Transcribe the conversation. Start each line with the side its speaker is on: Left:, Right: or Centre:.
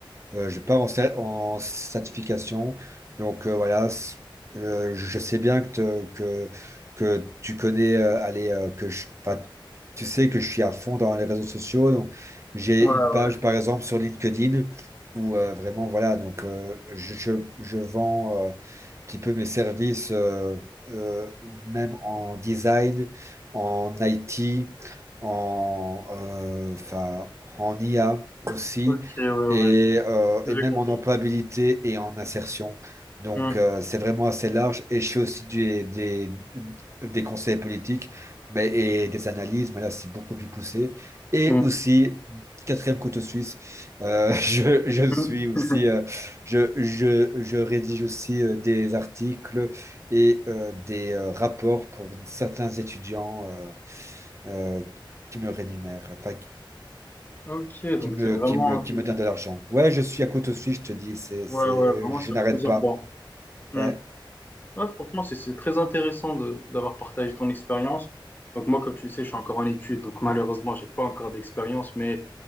Right: Euh, je pars en, cer- en certification. Donc euh, voilà, c- euh, je sais bien que, te- que, que tu connais, euh, allez, euh, que je- enfin, tu sais que je suis à fond dans les réseaux sociaux. Donc, j'ai
Left: Ouais, ouais,
Right: une page, par exemple, sur LinkedIn où euh, vraiment, voilà, donc euh, je, je, je vends euh, un petit peu mes services, euh, euh, même en design, en IT, en, euh, enfin, en IA aussi
Left: ok, ouais, ouais,
Right: et,
Left: j'ai-
Right: euh,
Left: j'avais
Right: et même
Left: compris.
Right: en employabilité et en insertion. Donc,
Left: Hmm,
Right: euh, c'est vraiment assez large. Et je fais aussi des, des, des conseils politiques mais, et des analyses, mais là, c'est beaucoup plus poussé. Et
Left: hmm,
Right: aussi, quatrième couteau suisse, euh, <laughs> je, je suis
Left: hmm.
Right: aussi,
Left: <laughs>
Right: euh, je, je, je rédige aussi euh, des articles et euh, des euh, rapports pour certains étudiants euh, euh, qui me rémunèrent, enfin,
Left: Ok, donc
Right: qui me,
Left: c'est vraiment...
Right: qui me, qui me donne de l'argent. Ouais, je suis à couteau suisse, je te dis, c'est,
Left: Ouais,
Right: c'est,
Left: ouais, vraiment
Right: je
Left: sur
Right: n'arrête
Left: plusieurs
Right: pas.
Left: bancs. Hmm.
Right: Ouais,
Left: Ouais, franchement, c'est c'est très intéressant de d'avoir partagé ton expérience. Donc moi, comme tu le sais, je suis encore en études, donc malheureusement, j'ai pas encore d'expérience, mais